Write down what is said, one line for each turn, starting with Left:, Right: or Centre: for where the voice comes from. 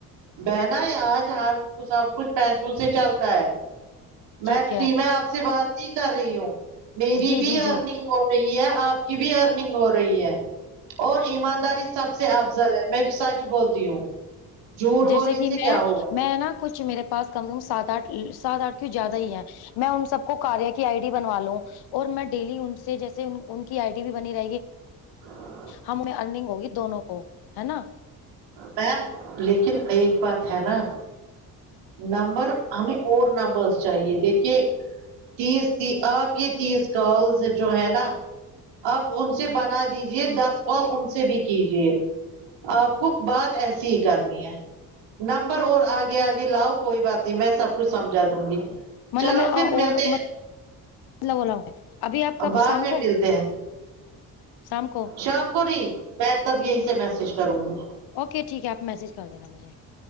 Right: بہانہ یہ آج ہر سب کچھ پیسوں سے چلتا ہے میں
Left: ٹھیک
Right: فری
Left: ہے
Right: میں آپ سے بات نہیں کر رہی ہوں میری
Left: جی،
Right: بھی
Left: جی،
Right: ارننگ
Left: جی
Right: ہو رہی ہے آپ کی بھی ارننگ ہو رہی ہے اور ایمانداری سب سے افضل ہے میں سچ بولتی ہوں جھوٹ
Left: جیسے
Right: بولنے
Left: کہ
Right: سے
Left: میں
Right: کیا ہوگا
Left: میں نہ کچھ میرے پاس کہو سات آٹھ سات آٹھ کیوں زیادہ ہی ہے میں ان سب کو کاریہ کی آئی ڈی بنوا لوں اور میں ڈیلی ان سے جیسے ان کی آئی ڈی بھی بنی رہے گی
Right: <inaudible>
Left: ہم میں ارننگ ہوگی دونوں کو ہے نہ
Right: معم لیکن ایک بات ہے نہ نمبر ہمیں اور نمبرز چاہیے دیکھیے تیس دی آپ یہ تیس کالز جو ہے نہ آپ ان سے بنا دیجیے دس کال ان سے بھی کیجیے آپ کو بات ایسی ہی کرنی ہے نمبر اور آگے آگے لاؤ کوئی بات نہیں میں سب کچھ سمجھا دوں گی
Left: مطلب
Right: چلو
Left: میں
Right: پھر
Left: اور
Right: ملتے
Left: مطلب
Right: ہیں
Left: بولا ہوں ابھی آپ
Right: اور
Left: کب
Right: بعد
Left: شام
Right: میں
Left: کو
Right: ملتے ہیں
Left: شام کو
Right: شام کو نہیں میں تب یہی سے میسج کروں گی
Left: اوکے ٹھیک ہے آپ میسج کر دینا مجھے